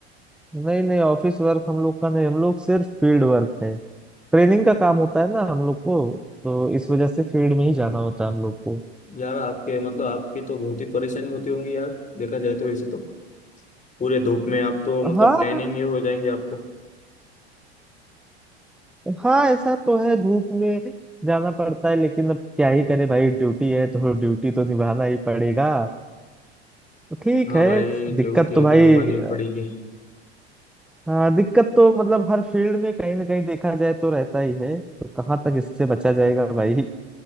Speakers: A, in the centre; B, on the left (about 25°).
A: नहीं नहीं ऑफिस वर्क हम लोग का नहीं हम लोग सिर्फ फील्ड वर्क है ट्रेनिंग का काम होता है ना हम लोग को तो इस वजह से फील्ड में ही जाना होता है हम लोग को
B: यार आपके मतलब आपकी तो बहुत ही परेशानी होती होंगी यार देखा जाए तो वैसे तो पूरे धूप में आप तो मतलब
A: हाँ
B: टैनिंग ये हो जाएंगे आपको
A: हाँ ऐसा तो है धूप में जाना पड़ता है लेकिन अब क्या ही करे भाई ड्यूटी है तो ड्यूटी तो निभाना ही पड़ेगा ठीक
B: हाँ
A: है
B: भाई
A: दिक्कत
B: ड्यूटी है
A: तो भाई
B: तो निभानी
A: अ,
B: ही पड़ेगी
A: हाँ दिक्कत तो मतलब हर फील्ड में कहीं ना कहीं देखा जाए तो रहता ही है तो कहाँ तक इससे बचा जाएगा भाई